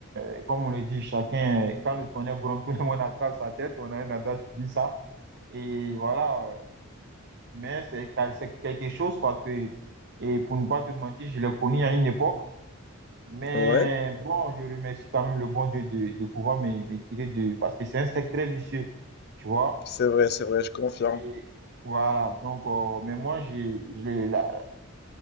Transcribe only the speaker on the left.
Ouais,
c'est vrai, c'est vrai, je confirme.